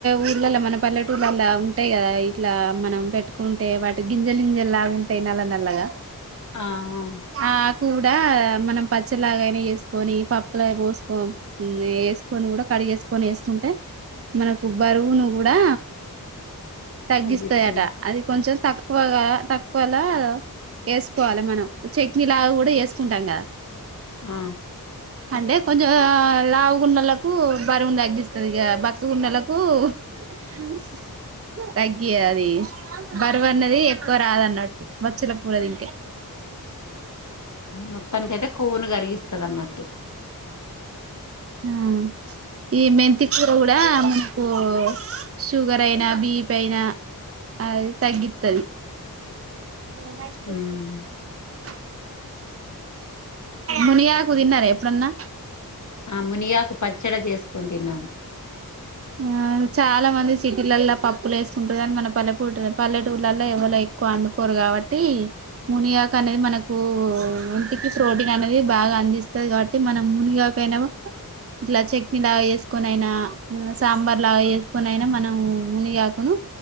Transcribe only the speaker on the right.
ఊర్లలో మన పల్లెటూళ్లలో ఉంటాయి కదా ఇట్లా మనం పెట్టుకుంటే వాటి గింజగింజ లాగాంటేయి నల్ల నల్లగా
ఆ కూడా మనం పచ్చలాగైనా వేసుకొని పప్పులా పోసుక వేసుకొని కూడా క డి చేసుకొని వేసుకుంటే మనకు బరువును కూడా తగ్గిస్తాయట
అది కొంచెం తక్కువగా తక్కువలా వేసుకోవాలి మనం చట్నీ లా కూడా వేసుకుంటాం కదా
అంటే కొంచెం లావుగున్నెలకు బరువును తగ్గిస్తుంది ఇక బక్కగా ఉన్న వాళ్లకున హు తగ్గి అది బరువు అన్నది ఎక్కువ రాదన్నట్టు మచ్చల కూర తింటే
ఆ ఈ మెంతికూర కూడా మనకు షుగర్ అయినా మీ పైన అది తగ్గిస్తుది నాప్ప
మునిగాకు తిన్నారా ఎప్పుడన్నా
ఆ చాలా మంది సిటీలల్లో పప్పులు వేసుకుంటుంది అని మన పల్లెపూ పల్లెటూళ్లలో ఎవరు ఎక్కువ వండుకోరు కాబట్టి మునియాక అనేది మనకు ఇంటికి ప్రోటీన్ అనేది బాగా అందిస్తంది కాబట్టి మనం మునిగాకయినా ఇట్లా చట్నీ లాగా వేసుకొన అయినా సాంబార్ లాగా వేసుకొనియినా మనం మునిగాకును